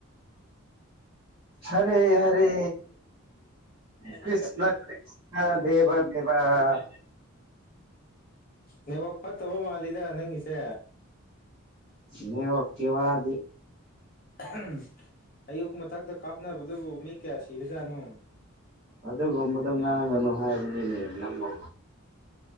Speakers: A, on the right (about 25°); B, on the left (about 40°).
A: ꯍꯔꯦ ꯍꯔꯦ ꯀ꯭꯭ꯔꯤꯁꯅ ꯀ꯭꯭ꯔꯤꯁꯅ ꯗꯦꯕ ꯗꯦꯕ ꯍꯥ ꯍꯥ ꯍꯥ
B: ꯅꯦꯇꯋꯥꯛ ꯐꯠꯇꯕ ꯃꯥꯜꯂꯤꯗ ꯅꯪꯒꯤꯁꯦ
A: ꯅꯦꯇꯋꯥꯛꯀꯤ ꯋꯥꯗꯤ
B: ꯑꯍꯝ ꯑꯌꯨꯛ ꯃꯊꯛꯇ ꯀꯥꯞꯅꯕꯗꯨꯕꯨ ꯃꯤ ꯀꯌꯥ ꯁꯤꯔꯖꯥꯠꯅꯣ
A: ꯑꯗꯨꯒꯨꯝꯕꯗꯣ ꯉꯥꯡꯒꯅꯨ ꯍꯥꯏꯕꯅꯤꯅꯦ ꯅꯪꯕꯣ